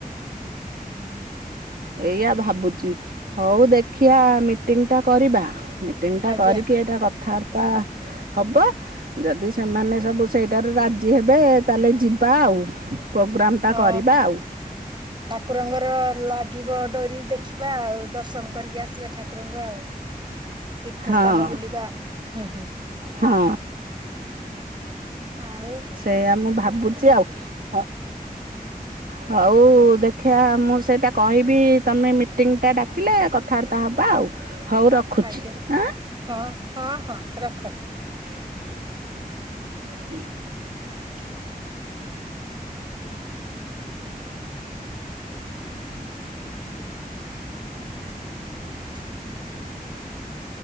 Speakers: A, on the right (about 30°); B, on the right (about 70°).
A: ଅଁ, ହଁ।
B: ଏଇଆା ଭାବୁଛି ହଉ ଦେ ଖିଆ ମିଟିଙ୍ଗ ଟା କରିବା ମିଟିଙ୍ଗ ଟା
A: ଆଜ୍ଞା
B: କରିକି ଏଇଟା କଥାବାର୍ତ୍ତା ହବ ଯଦି ସେମାନେ ସବୁ ସେଇଟାରେ ରାଜି ହେବେ ତାହେଲେ ଯିବା ଆଉ। ପ୍ରୋଗ୍ରାମ ଟା
A: ହଁ
B: କରିବା ଆଉ
A: ଠାକୁରଙ୍କର ଲାଗିବ ଡୋରି ଦେଖିବା ଆଉ ଦର୍ଶନ କରିକି ଆସିବା ଠାକୁରଙ୍କୁ ଆଉ। ତୀର୍ଥ
B: ହଁ
A: ସ୍ଥାନ ବୁଲିବା, ହୁଁ, ହୁଁ
B: ହଁ।
A: ଆଉ
B: ସେଇଆା ମୁଁ ଭାବୁଛି ଆଉ ଅ ହଉ ଦେଖିବା ମୁଁ ସେଟା କହିବି ତମେ ମିଟିଂ ଟା ଡାକିଲେ କଥାବାର୍ତ୍ତା ହବା ଆଉ। ହଉ ରଖୁଚି।
A: ଆଜ୍ଞା
B: ଆଁ,
A: ହଁ ହଁ ହଁ ରଖ।
B: <unintelligible> <unintelligible>
A: ହଁ, ହଁ।